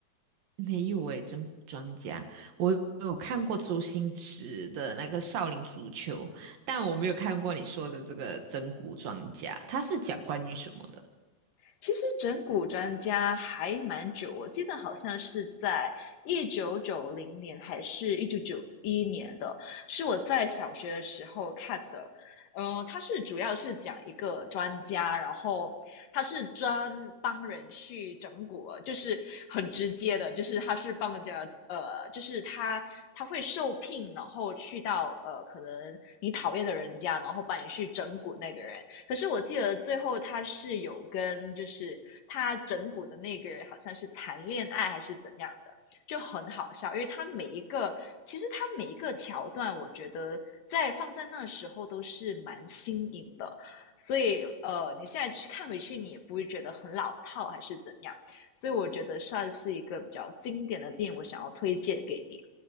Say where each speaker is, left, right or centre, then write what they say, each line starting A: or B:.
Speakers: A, on the right; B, on the left.
A: 没有诶，整蛊专家，我有看过周星驰的那个《少林足球》，但我没有看过你说的这个整蛊专家，他是讲关于什么的？
B: 其实整蛊专家还蛮久，我记得好像是在一九九零年还是一九九一年的，是我在小学的时候看的。嗯、呃，它是主要是讲一个专家，然后他是专帮人去整蛊，就是很直接的，就是他是帮人家，呃，就是他他会受聘，然后去到呃，可能你讨厌的人家，然后帮你去整蛊那个人。可是我记得最后他是有跟就是他整蛊的那个人好像是谈恋爱还是怎样的，就很好笑，因为他每一个其实他每一个桥段，我觉得在放在那时候都是蛮新颖的。所以，呃，你现在看回去，你也不会觉得很老套还是怎样。所以我觉得算是一个比较经典的电影，我想要推荐给你。